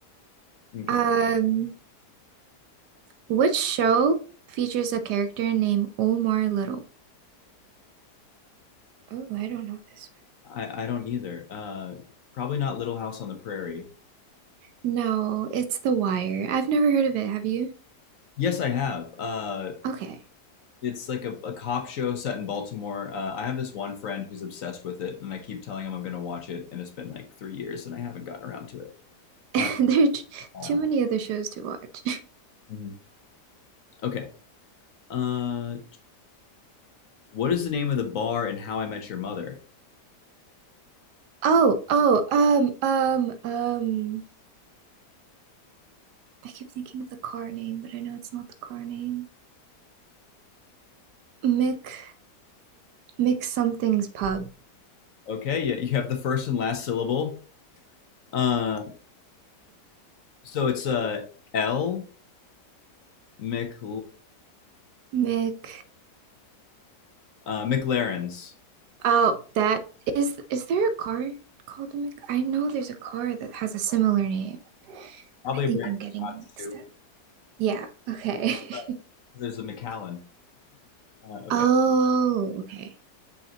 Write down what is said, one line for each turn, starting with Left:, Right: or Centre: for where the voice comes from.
Left: Okay,
Right: Um, which show features a character named Omar Little? Oh, I don't know this
Left: I I don't either. Uh, probably not Little House on the Prairie.
Right: one. No, it's The Wire. I've never heard of it, have you?
Left: Yes, I have. Uh,
Right: Okay.
Left: it's like a, a cop show set in Baltimore. Uh, I have this one friend who's obsessed with it, and I keep telling him I'm gonna watch it, and it's been like three years, and I haven't gotten around to it.
Right: <laughs>
Left: Uh,
Right: There are t-
Left: I
Right: too
Left: don't
Right: many other shows to watch. <laughs>
Left: know. Mhm. okay. Uh, what is the name of the bar in How I Met Your Mother?
Right: Oh, oh, um, um, um, I keep thinking of the car name, but I know it's not the car name. Mick, Mick something's pub.
Left: Okay, yeah, you have the first and last syllable. Uh, so it's uh L Mc
Right: <laughs> Mick.
Left: uh McLaren's.
Right: Oh, that is is there a car called a Mc I know there's a car that has a similar name.
Left: Probably
Right: I
Left: a
Right: think
Left: brand
Right: I'm getting
Left: of Scots
Right: it mixed
Left: too.
Right: up. Yeah, okay.
Left: Uh,
Right: <laughs>
Left: There's a McAllen. Uh, okay,
Right: Oh, okay.